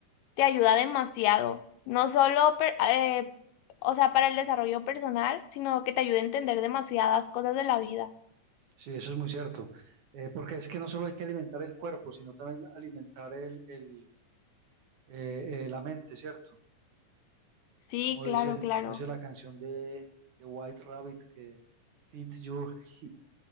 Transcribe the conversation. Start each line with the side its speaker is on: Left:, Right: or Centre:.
Left: te ayuda demasiado, no solo, per- eh, o sea, para el desarrollo personal, sino que te ayuda a entender demasiadas cosas de la vida.
Right: Sí, eso es muy cierto. Eh, porque es que no solo hay que alimentar el cuerpo, sino también alimentar el, el, eh, eh, la mente, ¿cierto?
Left: Sí,
Right: Como
Left: claro,
Right: dice,
Left: claro.
Right: como dice la canción de, de White Rabbit, que Fit Your Hit,